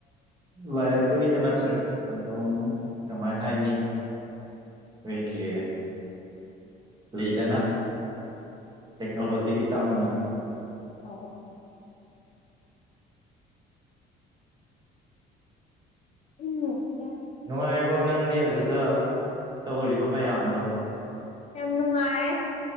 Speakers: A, on the right; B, on the left.
A: ꯂꯥꯏꯔꯛꯄꯒꯤꯗ ꯅꯠꯇ꯭ꯔꯦ ꯑꯗꯨꯝ ꯀꯃꯥꯏ ꯍꯥꯏꯅꯤ ꯑꯩꯈꯣꯏꯒꯤ ꯂꯩꯗꯅ ꯇꯦꯛꯅꯣꯂꯣꯖꯤꯒꯤ ꯇꯝꯗ
B: ꯑ ꯎꯝ
A: ꯅꯨꯡꯉꯥꯏꯕ꯭ꯔꯣ ꯅꯪꯗꯤ ꯑꯗꯨꯗ ꯇꯧꯔꯤꯕ ꯃꯌꯥꯝꯗꯣ
B: ꯌꯥꯝꯅ ꯍꯥꯏꯑ